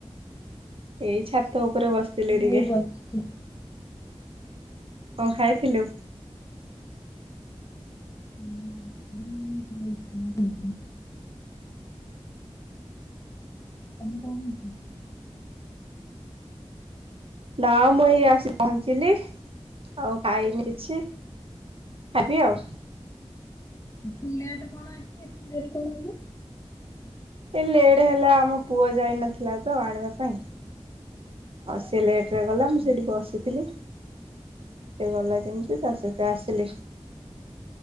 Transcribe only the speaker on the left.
ମୁଁ
ଏଇ ବସିଛି। ହୁଁ,
ହୁଁହୁଁ ହୁଁ ହୁଁ ହୁଁହୁଁ। <inaudible>
ଏ ପ୍ଲେଟ୍ କଣ ଅଛି ଏ ପ୍ଲେଟ୍ କଣ ହେବ?
ରୁଟି